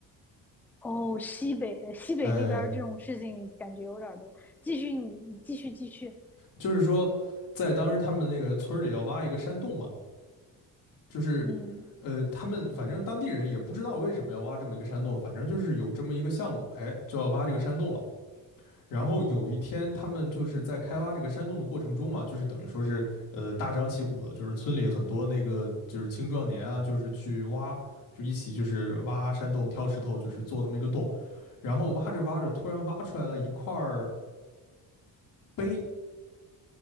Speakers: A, in the centre; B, on the left.
A: 哦，西北，西北那边儿这种事情感觉有点儿多。
B: 哎，
A: 继续你，你继续，继续。
B: 就是说在当时他们那个村儿里要挖一个山洞嘛。就是呃，
A: 嗯，
B: 他们反正当地人也不知道为什么要挖这么一个山洞，反正就是有这么一个项目，哎，就要挖这个山洞了。然后有一天，他们就是在开挖这个山洞的过程中嘛，就是等于说是呃大张旗鼓的，就是村里很多那个就是青壮年啊，就是去挖，就一起就是挖山洞、挑石头，就是做那么一个洞。然后挖着挖着，突然挖出来了一块儿碑，